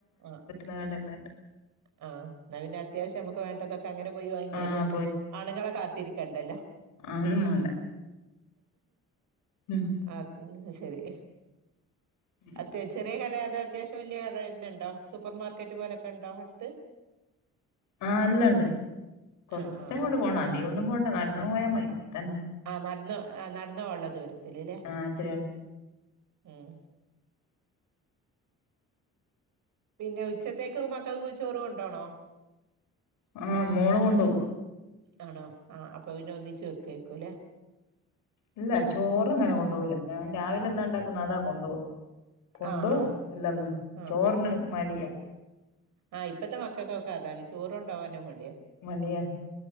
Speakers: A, on the right; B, on the left.
A: ആഹ്
B: നാടന്നണ്ട്
A: ആഹ് ന്നാപ്പിന്നെ അത്യാവശ്യം നമ്മക്ക് വേണ്ടതൊക്കെ അങ്ങനെ പോയി വാങ്ങിയാലും
B: ആഹ്
A: ആണുങ്ങളെ കാത്തിരിക്കണ്ടല്ലോ
B: ആഹൊന്ന് മാണ്ട ഉം
A: ആത് ന്നാശരി
B: ഉം
A: അതേ ചെറിയ കട അത്യാവശ്യം വെല്ല്യകട തന്ന ഉണ്ടോ സൂപ്പർ മാർക്കറ്റ് പോലൊക്കെ കണ്ടോ അടുത്ത്?
B: ആ അല്ലാണ്ട് കുറച്ചങ്ങോട്ട്
A: ആ ആ
B: പോണ അധിക ഒന്നും പോണ്ട നട്ന്നങ്ങ് പോയാ മയി അതന്നെ.
A: ആ നടന്ന് ആ നടന്നോവാള്ള ദൂരത്തിൽല്ലേ
B: ആഹ് അത്രേ ഒള്ളൂ.
A: ഉം പിന്നെ ഉച്ചത്തേക്ക് മക്കൾക്ക് ചോറ് കൊണ്ടോണോ?
B: ആഹ് മോള് കൊണ്ടൊവും
A: ആണോ ആ അപ്പോപിന്നേ ഒന്നിച്ച് വെക്കേക്കുല്ലേ?
B: ഇല്ല ചോറങ്ങനെ കൊണ്ടോവൂല്ല ഞാൻ രാവിലെ എന്നാണ്ടാക്കുന്നേ അതാ കൊണ്ടോവാ കൊണ്ടോവൂ
A: ആ ആ
B: അല്ലന്നു
A: ആ
B: ചോറിന് മടിയാ
A: ആഹ് ഇപ്പത്തെ മക്കക്കൊക്കെ അതാണ് ചോറോണ്ടോവാനും മടിയാ.
B: മടിയ